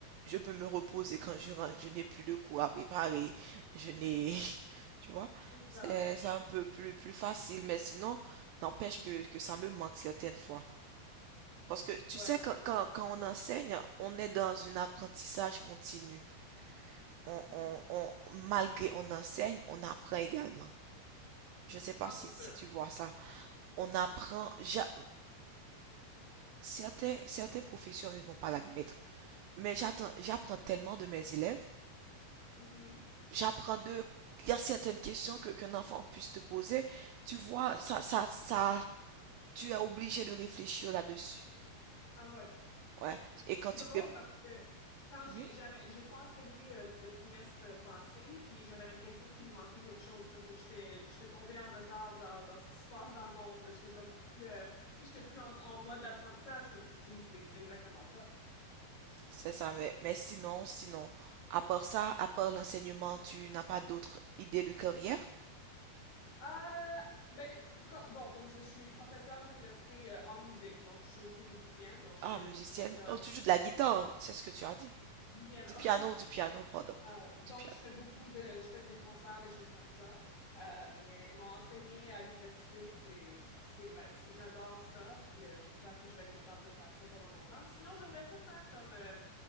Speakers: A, on the right; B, on the left.
A: je peux me reposer quand je rentre. Je n'ai plus de cours à préparer. Je n'ai, <laughs> tu vois,
B: C'est
A: c'est
B: ça.
A: c'est un peu plus, plus facile. Mais sinon, n'empêche que, que ça me manque certaines fois. Parce que
B: Ouais,
A: tu sais,
B: non,
A: quand,
B: c'est
A: quand,
B: ça.
A: quand on enseigne, on est dans un apprentissage continu. On,
B: Mhm.
A: on, on, malgré on enseigne, on apprend également. Je ne sais pas
B: Ah,
A: si,
B: c'est sûr.
A: si tu vois ça. On apprend. ja- Certains, certains professeurs ne vont pas l'admettre, mais j'attends, j'apprends tellement de mes élèves,
B: Mhm.
A: j'apprends de, il y a certaines questions que qu'un enfant puisse te poser, tu vois, ça, ça, ça, tu es obligé de réfléchir là-dessus.
B: Ah ouais.
A: Ouais, et quand
B: C'est
A: tu
B: drôle
A: prépares,
B: parce que quand j'ai
A: ouais,
B: j'ai arrêt- j'ai pas enseigné euh, le trimestre passé, puis j'avais l'impression qu'il me manquait quelque chose, comme que j'étais j'étais tombée en retard dans, dans ce qui se passe dans le monde. là. J'étais comme plus euh, j'étais plus en, en mode d'apprentissage, comme tu dis, c'est c'est exactement ça.
A: c'est ça, mais, mais sinon, sinon, à part ça, à part l'enseignement, tu n'as pas d'autres idées de carrière?
B: Euh, ben comme bon, comme je disais, je suis professeure d'université euh, en musique, donc je suis aussi musicienne, donc je
A: Ah,
B: fais
A: musicienne,
B: aussi ça,
A: oh, tu joues
B: je
A: de la
B: fais des,
A: guitare, c'est ce que tu as dit.
B: du piano.
A: Du piano, du piano, pardon,
B: Euh, donc,
A: du piano.
B: je fais beaucoup de, je fais des concerts, des choses comme ça. Euh, mais non, enseigner à l'université, c'est, c'est ma- c'est- j'adore ça. Puis euh, j'espère que je vais être capable de faire ça pendant longtemps. Sinon, j'aimerais ça faire comme euh,